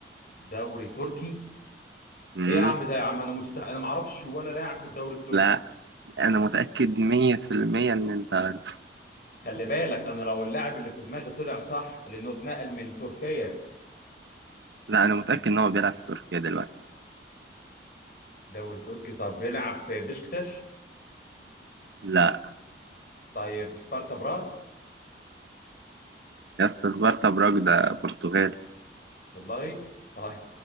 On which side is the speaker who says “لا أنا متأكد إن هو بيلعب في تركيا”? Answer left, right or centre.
Right